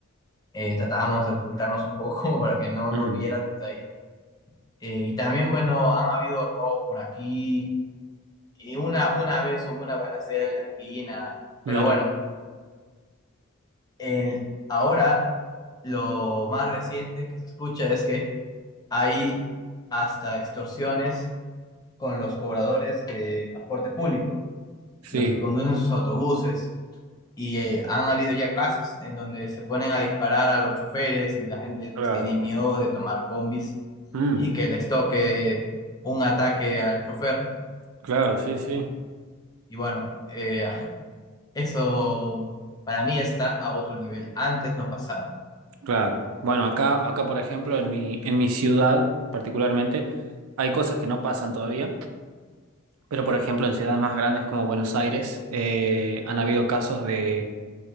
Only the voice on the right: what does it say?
Mm,
Mira,
sí,
claro.
Mm,
Claro, sí, sí,
claro. Bueno, acá, acá, por ejemplo, en mi, en mi ciudad particularmente, hay cosas que no pasan todavía, pero por ejemplo, en ciudades más grandes como Buenos Aires, eh, han habido casos de